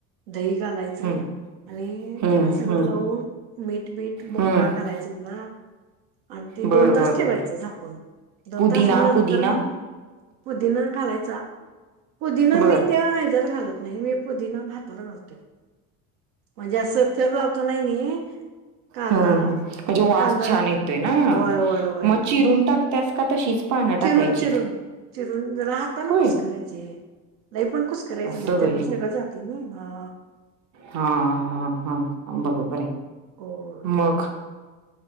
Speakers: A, on the right; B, on the right.
A: दही घालायचं
B: हम्म
A: आणि
B: हम्म
A: त्याला सगळं
B: हम्म
A: लावून मीठ बीठ बुक्का
B: हम्म
A: घालायचानं बा - आणि ते
B: बर
A: दोन तास
B: बर
A: ठेवायचं
B: बर
A: झाकून दोन
B: पुदिना
A: तासानंतर
B: पुदिना
A: पुदीनानं घालायचा पुदीना
B: बर
A: मी त्या हयाच्यात घालत नाही मी पुदीना भातात घालतोय म्हणजे असं थर लावतो नाय मी कांदा
B: हं हं म्हणजे वास
A: कांदा
B: छान येतोय ना
A: होय होय होय
B: मग चिरून टाकत्यास का तशीच पानं
A: चिरून
B: टाकायचीत
A: चिरून चिरून जरा हातानं
B: होय
A: कुस्करायचे. लय पण कुसकरायचं
B: असं
A: नाय
B: व्हय
A: त्याचं सगळं जातंय ना हा
B: हा हा हा बरोबर आहे
A: गोड
B: मग